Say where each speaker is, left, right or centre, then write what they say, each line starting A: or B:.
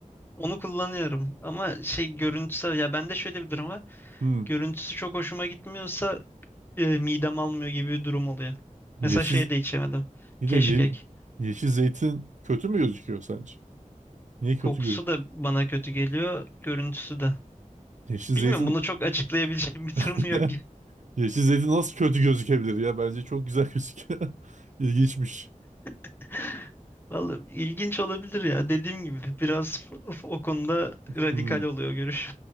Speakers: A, on the left; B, on the right.
A: Onu kullanıyorum ama şey görüntüsü ya bende şöyle bir durum var.
B: Hmm.
A: Görüntüsü çok hoşuma gitmiyorsa e, midem almıyor gibi bir durum oluyor.
B: Yeşil
A: Mesela şey de içemedim.
B: bir
A: Keşkek.
B: de ye- yeşil zeytin kötü mü gözüküyor sence? Niye kötü
A: Kokusu da bana kötü geliyor, görüntüsü de.
B: Yeşil zeytin
A: Bilmiyorum bunu çok açıklayabileceğim <laughs> bir durum
B: <laughs>
A: yok.
B: Yeşil zeytin nasıl kötü gözükebilir ya? Bence çok güzel gözüküyor. <laughs> İlginçmiş.
A: <laughs> Vallahi ilginç olabilir ya. Dediğim gibi biraz <laughs> f- f- o konuda radikal
B: Hmm.
A: oluyor görüş.